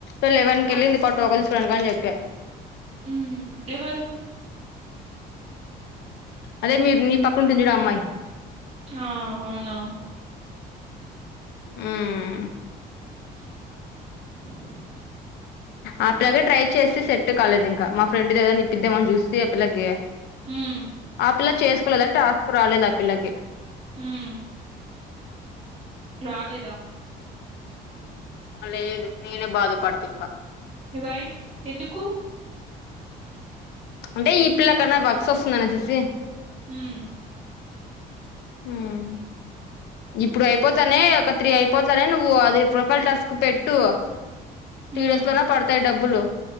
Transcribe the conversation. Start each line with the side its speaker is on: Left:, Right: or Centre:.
Left: ఇ లెవెన్ కెళ్ళింది
Right: అ
Left: పా టోకెన్లు తీసుకురావడానికి అని చెప్పా
Right: ఉమ్ ఎవరు
Left: అదే మీరు నీ పక్కన ఉంటుంది చూడు ఆ అమ్మాయి
Right: ఆ అవును
Left: ఉమ్
Right: <inaudible>
Left: అ పిల్లకే ట్రై చేసి సెట్ కాలేదు ఇంకా మా ఫ్రెండ్ దగ్గరన్న ఇప్పిద్దామని చూస్తే ఆ పిల్లకి
Right: హ్మ్.
Left: ఆ పిల్లా చేసు లదంటే టాస్కు రాలేదు ఆ పిల్లకి
Right: ఉమ్ రాలేదా
Left: ఆ లేదు నేనే బాధ పడుతా ఇంకా
Right: రివైవ్ ఎందుకు
Left: అంటే ఈ పిల్ల కన్నా బక్స్ వస్తుందనేసేసి
Right: ఉమ్
Left: ఉమ్ ఇప్పుడు అయిపోతానే ఒక త్రీ అయిపోతానే నువ్వు అది ప్రొఫైల్ టాస్క్ పెట్టు త్రీ
Right: హ్మ్.
Left: డేస్ లోనే పడతాయి డబ్బు డబ్బులు